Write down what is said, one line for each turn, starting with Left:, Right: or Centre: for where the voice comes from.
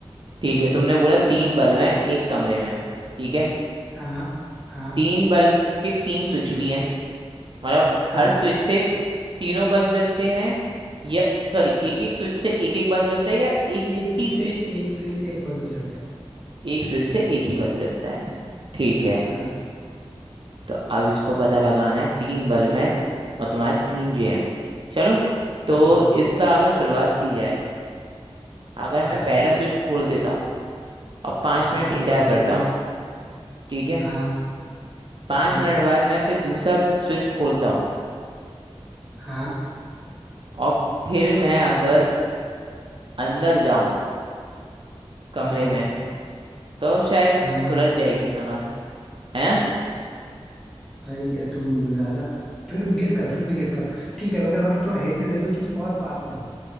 Right: ठीक है तुमने बोला तीन बल्ब हैं एक कमरे में ठीक है
Centre: हाँ हाँ
Right: तीन बल्ब के तीन स्विच भी हैं मतलब
Centre: हाँ
Right: हर स्विच से तीनों बल्ब जलते हैं या सॉरी एक एक स्विच से एक एक बल्ब जलता है या एक
Centre: एक स्विच
Right: ही
Centre: से
Right: स्विच
Centre: एक स्विच से एक बल्ब भी जलता है
Right: एक स्विच से एक ही बल्ब जलता है ठीक है
Centre: हाँ
Right: तो अब इसको पता लगाना है तीन बल्ब हैं और तुम्हारे तीन जे हैं चलो तो
Centre: हाँ हाँ
Right: इसका अगर शुरुआत की जाए अगर
Centre: हाँ
Right: मैं पहला
Centre: करो
Right: स्विच खोल देता हूँ और पाँच
Centre: हाँ
Right: मिनट इंतजार
Centre: खोल दिया
Right: करता
Centre: तुमने
Right: हूँ ठीक है
Centre: हाँ
Right: पाँच
Centre: हाँ
Right: मिनट बाद मैं फिर दूसरा स्विच खोलता हूँ
Centre: हाँ
Right: और फिर मैं अगर अंदर जाऊं कमरे
Centre: हाँ
Right: में तो शायद
Centre: हाँ
Right: सुलझ जाएगी समझ है ना
Centre: भाई ये तुम ज्यादा फिर गेस करो फिर भी गेस करो ठीक है अगर मतलब तुम्हें हिंट दे दूं तो तुम बहुत पास में हो